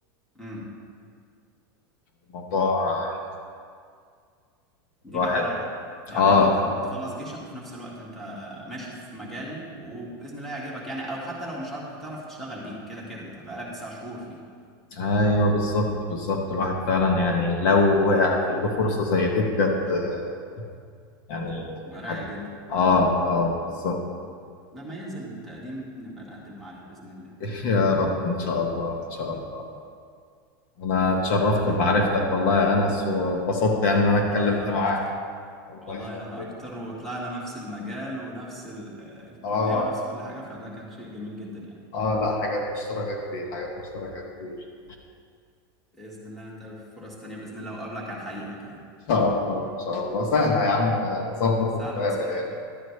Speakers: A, in the centre; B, on the left (about 55°).
A: امم
B: الموضوع آه، يعني
A: دي
B: الواحد
A: بقى رايقة يعني
B: اه
A: انت تبقى بتخلص جيشك وفي نفس الوقت انت ماشي في مجال وبإذن الله يعجبك يعني او حتى لو مش عاجبك تعرف تشتغل بيه كده كده انت بقالك تسع شهور فيه
B: ايوه بالظبط بالظبط الواحد فعلا يعني لو وقع في ايده فرصه زي دي بجد آه، يعني
A: تبقى رايقة
B: هت...
A: جدا
B: اه اه بالظبط
A: لما ينزل التقديم نبقى نقدم عليها بإذن الله
B: <laughs> يا رب ان شاء الله ان شاء الله انا اتشرفت
A: تمام
B: بمعرفتك والله يا انس واتبسطت يعني ان انا
A: والله
B: اتكلمت
A: انا
B: معاك
A: اكتر
B: الله
A: والله
B: يخليك
A: انا اكتر وطلعنا نفس المجال ونفس ال- آه، الكلية
B: اه
A: ونفس كل حاجة فده كان شيء جميل جدا يعني
B: اه لا حاجات مشتركة كتير حاجات مشتركة كتير
A: بإذن الله نتقابل في فرص تانية بإذن الله وأقابلك على الحقيقة كمان
B: ان شاء الله ان شاء الله سهلة يا عم ده نظبط
A: سهلة
B: ونتقابل
A: بسيطة
B: يعني
A: والله